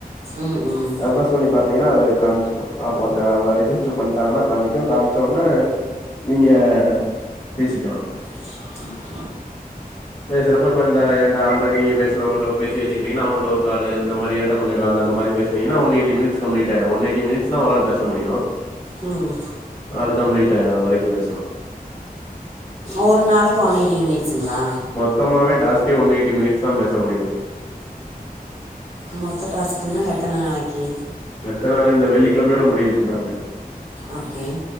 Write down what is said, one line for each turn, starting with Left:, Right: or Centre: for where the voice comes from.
Right: ம் ம்
Left: ரெஃபெரெஸ் பண்ணி பாத்தீங்கன்னா அது காமிக்கு அப்போ அந்த அவுங்க ரிஜிஸ்டர் பண்ணிட்டாங்கன்னா காமிக்கு காமிச்ச ஒடனே நீங்க பேசிக்கலா
Right: <unintelligible>
Left: <inaudible> பேசுறப்ப இப்ப இந்த எந்த ஆல்ரெடி நீங்க பேசினவங்கட்ட பேசி வச்சுக்கிட்டங்கன்னா அவங்கட்ட ஒரு கால் இந்த மாரி என்ட்ட கொஞ்ச கால் அந்த மாரி பேசுனீங்கன்னா ஒன் எயிட்டி மினிட்ஸ் கம்ப்ளீட் ஆயிடு ஒன் எயிட்டி மினிட்ஸ்தா ஒரு ஆள் பேச முடியு
Right: ம்
Left: அது கம்ப்ளீட் ஆயிடு அதுவரைக்கு பேசலா
Right: ஒரு நாளைக்கு ஒன் எயிட்டி மினிட்ஸுங்களா
Left: த்தமாவே டாஸ்கே ஒன் எயிட்டி மினிட்ஸ் தா பேச முடியு
Right: மொத்த டாஸ்க்குன்னா எத்தனை நாளைக்கு
Left: எத்தன நாளைக்கு இந்த வெள்ளிக்கெழமையோட முடியுதுன்றாங்க
Right: ஓகே